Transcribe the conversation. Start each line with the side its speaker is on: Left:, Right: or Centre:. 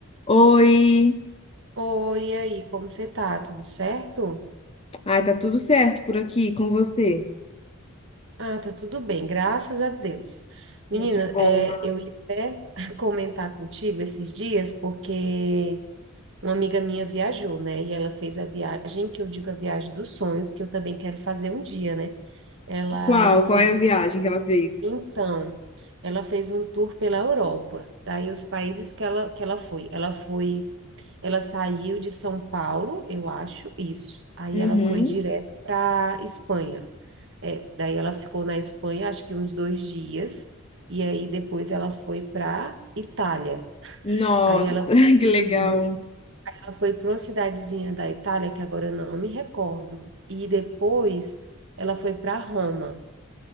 Left: Oi!
Right: Oi, e aí, como você tá? Tudo certo?
Left: Ai, tá tudo certo por aqui com você?
Right: Ah, tá tudo bem, graças a Deus. Menina,
Left: Que bom.
Right: é, eu ia até <laughs> comentar contigo esses dias, porque uma amiga minha viajou, né? E ela fez a viagem, que eu digo a viagem dos sonhos, que eu também quero fazer um dia, né? Ela
Left: Qual?
Right: fez,
Left: Qual é a
Right: um-
Left: viagem que ela fez?
Right: então, ela fez um tour pela Europa, daí os países que ela, que ela foi. Ela foi Ela saiu de São Paulo, eu acho, isso. Aí
Left: Uhum.
Right: ela foi direto para Espanha. É, daí ela ficou na Espanha, acho que uns dois dias, e aí depois ela foi para Itália.
Left: Nossa,
Right: Aí ela foi,
Left: <laughs> que legal.
Right: Uhum. Ela foi para uma cidadezinha da Itália, que agora eu não me recordo, e depois ela foi para Roma.